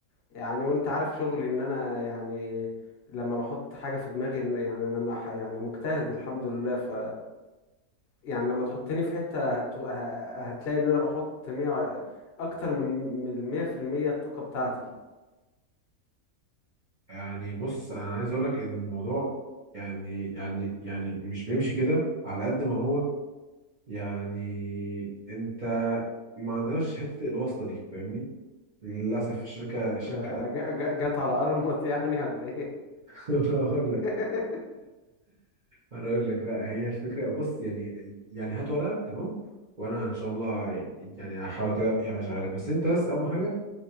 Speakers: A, on the left (about 50°); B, on the right (about 35°).
A: يعني وانت عارف شغلي ان انا يعني لما بحط حاجة في دماغي إن- يعني انا مح يعني مجتهد الحمد لله ف يعني لما تحطني في حتة هت... ه- هتلاقي ان انا بحط 100 وع- اكتر من من المية في المية الطاقة بتاعتي
B: يعني بص انا عايز اقول لك ان الموضوع يعني يعني يعني مش بيمشي كده على قد ما هو يعني انت ما عندناش حته الواسطه دي فاهمني للاسف الشركه الشركه
A: آه،
B: <laughs>
A: جا- جا- جت على ارمط <laughs> يعني ولا ايه
B: انا اقول
A: <laughs>
B: لك انا اقول لك لا هي الفكره بص يعني يعني هات ورقك تمام وانا ان شاء الله يعني هحاول كده يعني اشغلك بس انت بس اهم حاجه